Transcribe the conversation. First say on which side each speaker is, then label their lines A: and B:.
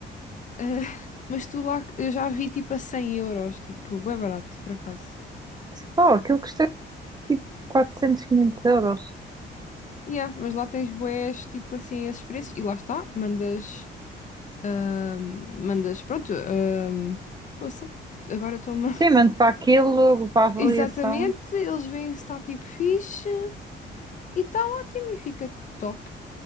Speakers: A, on the left (about 40°); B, on the right (about 20°).
A: Ah, mas tu lá, eu já vi tipo a cem euros, tipo, bué barato, por acaso.
B: Oh, aquilo custa tipo 400, 500 euros.
A: Yeah, mas lá tens bués, tipo assim, esses preços, e lá está, mandas, ahm, mandas, pronto, ahm, poça, agora toma. <laughs>
B: Sim, mando para aquilo, para a avaliação.
A: Exatamente, eles veem se está tipo fixe, e está ótimo, e fica top.